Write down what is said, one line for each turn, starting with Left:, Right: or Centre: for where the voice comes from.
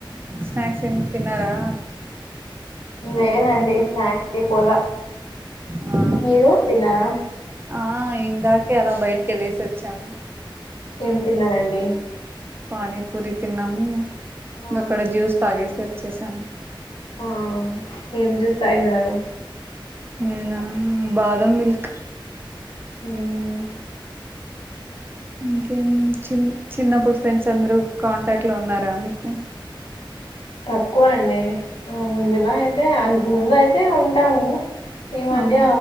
Right: స్నాక్స్ ఏమి తిన్నారా
Left: లేదండి స్నాక్స్ కి పొలా
Right: ఆ
Left: మీరు తిన్నారా
Right: ఆ ఇందాక్ అలా బయటికి ఎళ్ళేసి వచ్చాము
Left: ఏం తిన్నారండి
Right: పానీపూరి తిన్నాము
Left: ఆ
Right: ఇంగ అక్కడ జ్యూస్ తాగేసి వచ్చేసాం
Left: ఆ ఏం జ్యూస్ తాగినారు
Right: నేనా బాదం మిల్క్
Left: ఉమ్
Right: ఇంకేం చి చిన్నప్పుడు ఫ్రెండ్స్ అందరు కాంటాక్ట్ లో ఉన్నారా మీకు
Left: తక్కువ అండి ముందులా అయితే ముందు అయితే ఉంటాము ఈ మధ్య
Right: ఆ